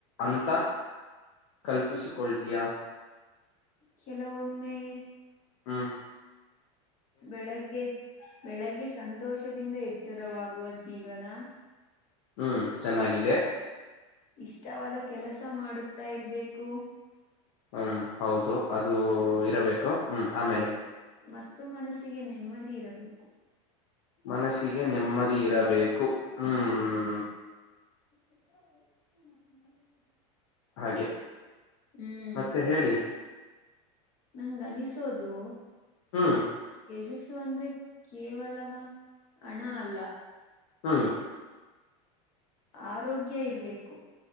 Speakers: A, on the left; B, on the left.
A: ಅಂತ ಕಲ್ಪಿಸಿಕೊಳ್ತೀಯಾ
B: ಕೆಲವೊಮ್ಮೆ
A: ಹ್ಮ
B: ಬೆಳಗ್ಗೆ ಬೆಳಗ್ಗೆ ಸಂತೋಷದಿಂದ ಎಚ್ಚರವಾಗುವ ಜೀವನ
A: ಹ್ಮ್ ಚೆನ್ನಾಗಿದೆ
B: ಇಷ್ಟವಾದ ಕೆಲಸ ಮಾಡುತ್ತಾ ಇರ್ಬೇಕು
A: ಹ್ಮ್ ಹೌದು ಅದು ಇರಬೇಕು ಹ್ಮ್ ಆಮೇಲೆ.
B: ಮತ್ತ ಮನಸ್ಸಿಗೆ ನೆಮ್ಮದಿ ಇರಬೇಕು.
A: ಮನಸ್ಸಿಗೆ ನೆಮ್ಮದಿ ಇರಬೇಕು ಹ್ಮ್.
B: ನ.
A: ಹಾಗೆ.
B: ಹ್ಮ್
A: ಮತ್ತೆ ಹೇಳಿ
B: ನಂಗ ಅನಿಸೋದು.
A: ಹ್ಮ್
B: ಯಶಸ್ಸು ಅಂದ್ರೆ ಕೇವಲ ಹಣ ಅಲ್ಲ.
A: ಹಾ.
B: ಆರೋಗ್ಯ ಇರ್ಬೇಕು.